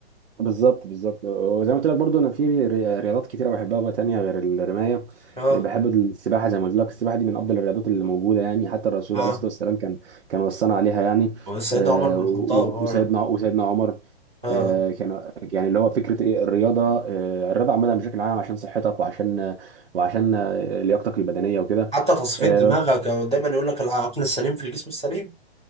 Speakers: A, on the right; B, in the centre.
A: بالظبط بالظبط وزي ما قلت لك برضو انا في ري- ري- رياضات كتيره بحبها بقى تانية غير الرمايه
B: <laughs> اه
A: آه، بحب السباحه زي ما قلت لك السباحه دي من افضل الرياضات اللي موجوده يعني حتى الرسول
B: اه
A: عليه الصلاه والسلام كان كان وصانا عليها يعني
B: سيدنا
A: آه،
B: عمر بن
A: و-
B: الخطاب
A: و-
B: اه
A: وسيدنا وسيدنا عمر
B: آه.
A: آه، كان يعني اللي هو فكره ايه الرياضه آه، الرياضه عامه بشكل عام عشان صحتك وعشان وعشان آه، لياقتك البدنيه وكده
B: حتى تصفيه
A: آه،
B: دماغك آه، دايما يقول لك العقل السليم في الجسم السليم